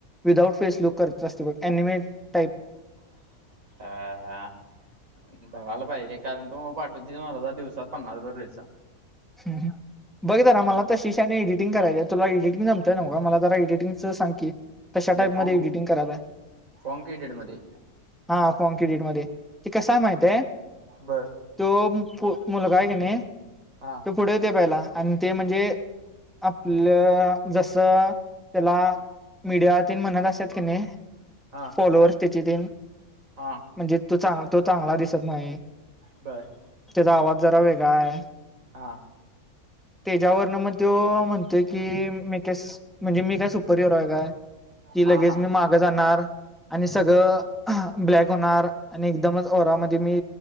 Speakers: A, in the centre; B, on the right.
A: विदाऊट फेसलुक करचं असते बघ अनिमेट. टाईप
B: <unintelligible> बघायला पाहिजे रे कारण तू पाठवतूय मर्दा दिवसात पन्नास भर रिल्सा.
A: हम्म हम्म बघित जरा मला तशी श्यान्या इडिटिंग करायचाय तुला इडिटिंग जमतंय न्हवका मला जरा इडिटिंगचं सांग की? तशा
B: म्हणजे
A: टाईपमध्ये
B: फॉर्म
A: एडिटिंग करायचाय?
B: फॉर्म क्रेडिट मध्ये
A: हा फॉर्म कडिट मध्ये ते कसय माहित आहे?
B: बर
A: तो मुलगा आहे की नाही?
B: हा.
A: तो पुढे ते पहिला आणि ते म्हणजे आपलं जस त्याला मीडिया तेन म्हणत असल क नाही
B: हा
A: फॉलोअर्स त्याचे तेन.
B: हा.
A: म्हणजे तो चांग तो चांगला दिसत नाही.
B: बरं.
A: त्याचा आवाज जरा वेगळा आहे.
B: हा.
A: त्याच्यावरन मग त्यो म्हणतोय की मी का म्हणजे मी काय सुपर हिरो आहे काय. की
B: हा
A: लगेच
B: हा
A: मी मागं जाणार. आणि सगळं ब्लॅक होणार आणि एकदमच ओरामध्ये मी